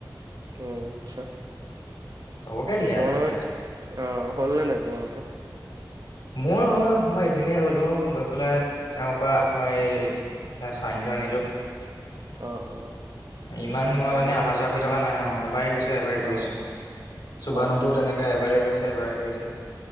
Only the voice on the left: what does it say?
হ'বগে দিয়া
আৰু সেয়া
মোৰ হ'ল মই এদিনে গ'লো গৈ পেলাই তেওঁৰ পৰা আপ এই তেওঁ চাইনটো আনিলো
ইমান মই
মানে অহা
যোৱা কৰি থকা নাই আই এবাৰে গৈছো এবাৰে
কৰিছো সুভান
হতেও
তেনেকাই এবাৰে গৈছে এবাৰে কৰিছে